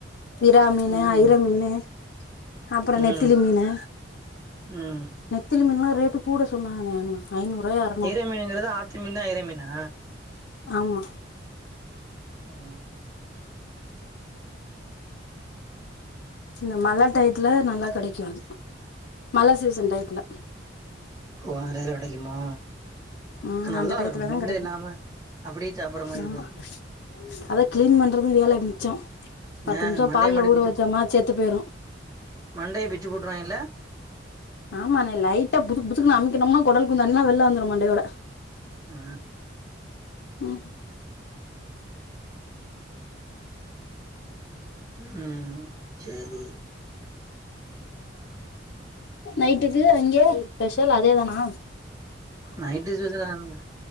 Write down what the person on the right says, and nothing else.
ம்
ம்
ம்
ஐயிர மீனுங்கிறது ஆத்து மீன் தா ஐற மீனா
ம்
உன் கடைல கெடைக்குமோ
நல்லா
இருக்கும்
முள்ளே
இல்லாம அப்டியே சாப்டற மாரி இருக்கும்
அது
ஆ
மண்டைய
மட்டு
மண்டேய பிச்சு போட்டுருவங்ல்ல
ஆ
ம் செரி <unintelligible>
நைட் ஸ்பெஷல் அதாங்க